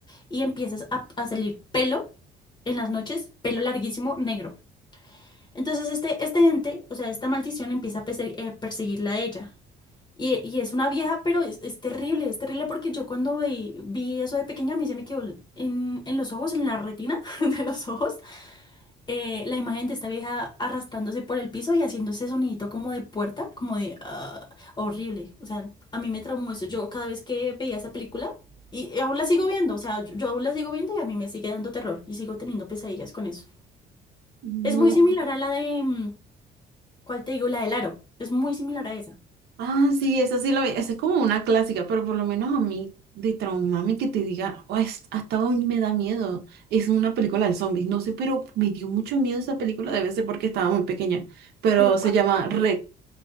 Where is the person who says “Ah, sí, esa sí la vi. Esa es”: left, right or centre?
Right